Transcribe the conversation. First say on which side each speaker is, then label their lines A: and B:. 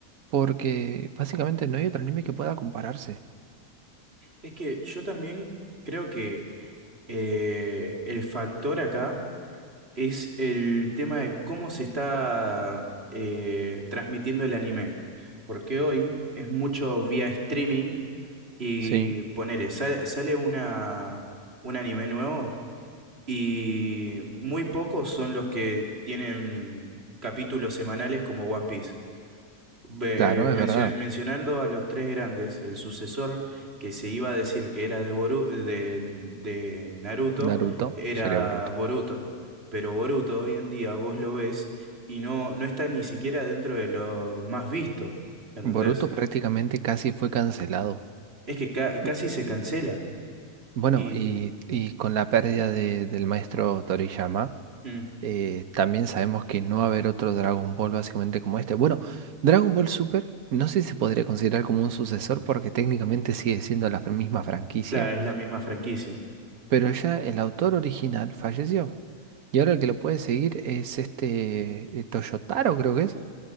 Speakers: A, on the right; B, on the right.
A: porque básicamente no hay otro anime que pueda compararse.
B: Es que yo también creo que eh, el factor acá es el tema de cómo se está eh, transmitiendo el anime. Porque hoy es mucho vía streaming y
A: Sí,
B: ponele, sale, sale una, un anime nuevo y muy pocos son los que tienen capítulos semanales como One Piece. Ve-
A: Claro,
B: eh, mencio-
A: es verdad.
B: mencionando a los tres grandes, el sucesor que se iba a decir que era de, Boru- eh, de, de Naruto
A: Naruto
B: era
A: sería Boruto.
B: Boruto, pero Boruto hoy en día vos lo ves y no, no está ni siquiera dentro de lo más visto, ¿entendés?
A: Boruto prácticamente casi fue cancelado.
B: Es que ca- casi
A: Eh,
B: se cancela
A: Bueno,
B: y
A: y, y con la pérdida de- del maestro Toriyama,
B: mm,
A: eh, también sabemos que no va a haber otro Dragon Ball básicamente como este. Bueno, Dragon Ball Super no sé si se podría considerar como un sucesor porque técnicamente sigue siendo la fr- misma franquicia.
B: claro, es la misma franquicia,
A: pero ya el autor original falleció. Y ahora el que lo puede seguir es este eh, Toyotaro, creo que es,